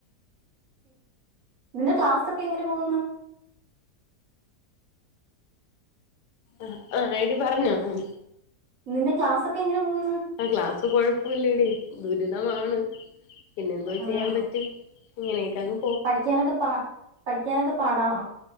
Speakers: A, on the right (about 45°); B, on the left (about 75°).
A: നിന്റെ ക്ലാസ് ഒക്കെ എങ്ങനെ പോകുന്നു
B: ആഹ് ആഹ് എടി പറഞ്ഞോ അ
A: നിന്റെ ക്ലാസ്സൊക്കെ എങ്ങനെ പോകുന്ന്
B: ആഹ് ക്ലാസ് കൊഴപ്പില്ലടി ദുരിതമാണ് പിന്നെന്തോ
A: ഉം
B: ചെയ്യാൻ പറ്റി ഇങ്ങനെയക്കങ്ങ്
A: പഠിക്കാനൊക്കെ പാ പഠിക്കാനൊക്കെ പാടാണോ